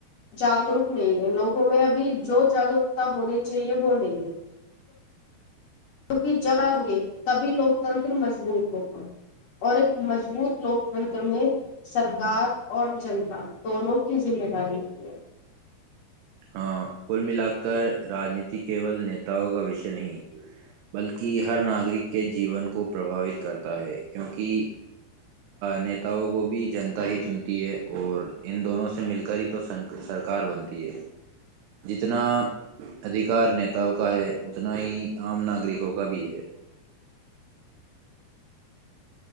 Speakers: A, on the left (about 65°); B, on the right (about 90°).
A: جاگروک نہیں ہے لوگوں میں ابھی جو جاگروکتا ہونی چاہیے وہ نہیں ہے کیونکہ جب آئیں گے تبھی لوکتنتر مضبوط ہوگا اور ایک مضبوط لوکتنتر میں سرکار اور جنتا دونوں کی ذمہ داری کی ہے
B: ہاں کل ملا کر راجنیتی کیول نیتاؤ کا وشے نہیں بلکہ ہر ناگرک کے جیون کو پرباوت کرتا ہے کیونکہ نیتاؤوں کو بھی جنتا ہی چنتی ہے اور ان دونوں سے مل کر ہی تو سرکار بنتی ہے جتنا ادیکار نیتاؤ کا ہے اتنا ہی عام ناگرکوں کا بھی ہے